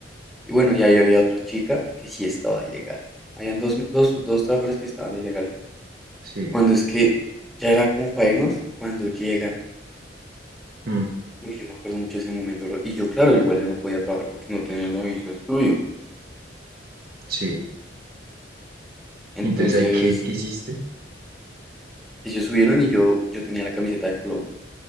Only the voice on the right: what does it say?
sí.
Mm,
sí.
Y Entonces, ¿hay qué, qué hiciste?